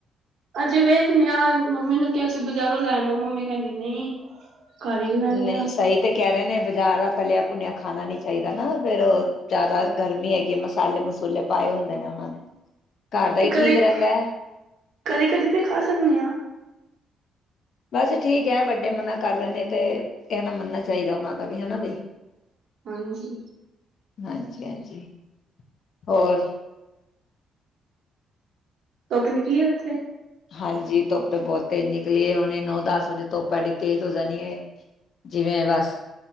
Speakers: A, on the right; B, on the left.
A: ਅਜੇ ਵੇਖਨੇ ਆ ਮੰਮੀ ਨੂੰ ਕਿਹਾ ਸੀਂ ਬਜ਼ਾਰੋ ਲੈਨੇ ਮੰਮੀ ਕਹਿੰਦੀ ਨਹੀਂ- ਘਰ ਹੀ ਬਣਾਨੇ
B: ਨਈ
A: ਆ
B: ਸਹੀ ਤੇ ਕਹਿ ਰਹੇ ਨੇ ਬਿ- ਜਾਦਾ ਤਲਿਆ ਭੁਨਿਆ ਖਾਣਾ ਨੀ ਚਾਹੀਦਾ ਨਾ ਫਿਰ ਜਾਦਾ ਜ਼ਿਆਦਾ ਗਰਮੀ ਹੈਗੀ ਮਸਾਲੇ ਮਸੂਲੇ ਪਾਏ ਹੁੰਦੇ ਨੇ ਉਹਨਾ ਨੇ ਘਰ ਦਾ
A: ਤੇ
B: ਹੀ ਠੀਕ
A: ਕਦੇ-ਕਦੀ-ਕਦੀ
B: ਰਹਿੰਦਾ ਹੈ
A: ਤੇ ਖਾ ਸਕਣੀ ਆ
B: ਬਸ ਠੀਕ ਐ ਵੱਡੇ ਮਨਾ ਕਰ ਰਹੇ ਨੇ ਤੇ ਕੈਣਾ ਮੰਨਣਾ ਚਾਹੀਦਾ ਉਹਨਾ ਦਾ ਵੀ ਹਨਾ ਬਈ
A: ਹਾਂਜੀ
B: ਹਾਂਜੀ-ਹਾਂਜੀ ਹੋਰ-
A: ਧੋਪ ਨਿਕਲੀ ਉੱਥੇ
B: ਹਾਂਜੀ ਧੁੱਪ ਬਹੁਤ ਤੇਜ਼ ਨਿਕਲੀ ਹੈ ਹੁਣੈ ਨੌ ਦਸ ਵਜੇ ਧੁੱਪ ਐਡੀ ਤੇਜ਼ ਹੋ ਜਾਣੀ ਹੈ, ਜਿਵੇਂ ਬਸ